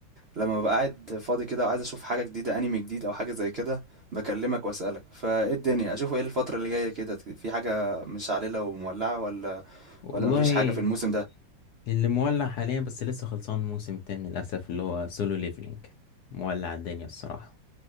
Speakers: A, on the right (about 60°); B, on the left (about 70°).
A: لما ببقى قاعد فاضي كده وعايز اشوف حاجه جديده انمي جديد او حاجه زي كده بكلمك واسالك فايه الدنيا اشوف ايه الفتره اللي جايه كده في حاجه مش عليله ومولعه ولا
B: والله
A: ولا مفيش حاجه في الموسم ده
B: اللي مولع حاليا بس لسه خلصان موسم تاني للاسف اللي هو سولو ليفلينج مولع الدنيا الصراحه